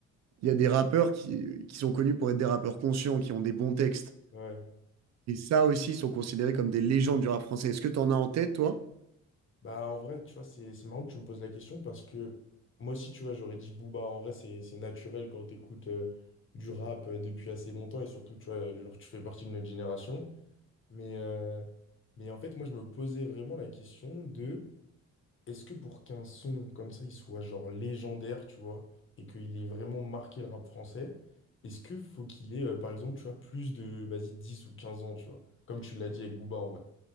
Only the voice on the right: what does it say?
Il y a des rappeurs qui, qui sont connus pour être des rappeurs conscients, qui ont des bons textes.
Et ça aussi, ils sont considérés comme des légendes du rap français. Est-ce que tu en as en tête, toi?